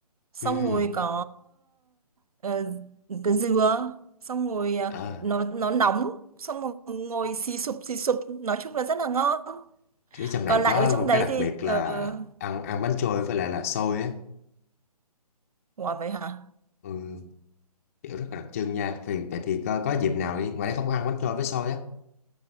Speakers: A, on the right; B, on the left.
A: xong
B: ừ.
A: rồi có ờ, cái dừa, xong rồi ờ,
B: à,
A: nó nó nóng, xong rồi ngồi xì sụp xì sụp, nói chung là rất là ngon.
B: Ở trong này
A: Còn lại
B: có
A: ở trong
B: một
A: đấy
B: cái đặc
A: thì
B: biệt là
A: uh,
B: ăn ăn bánh trôi với lại là xôi á.
A: ủa vậy hả?
B: Ừ, kiểu rất là đặc trưng nha. Vì vậy thì có, có dịp nào đi, ngoài đây không có ăn bánh trôi với xôi á.